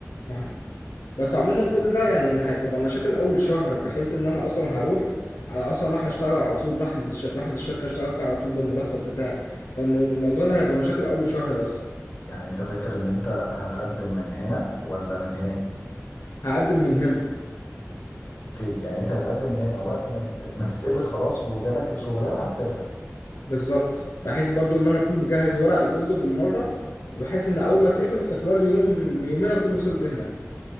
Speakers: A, on the left (about 65°); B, on the left (about 35°).
A: فاهمك بس عموما كل ده يعني هتبقى مشاكل اول شهر بحيث ان انا اصلا هروح انا اصلا راح اشتغل على طول راح للش- راح للشركة اشتغل فيها على طول بالمرتب بتاعي فالموضوع ده هيبقى مشاكل اول شهر بس
B: يعني انت فاكر ان انت هتقدم من هنا ولا من هناك
A: هقدم من هنا
B: اوكي يعني انت هتقدم من هنا وقت ما يت... ما تتقبل خلاص وجالك الشغلانة هتسافر
A: بالظبط بحيث برضو ان انا اكون مجهز ورقي كله بالمرة وبحيث ان اول ما اتقبل في خلال يوم يومين اكون وصلت هناك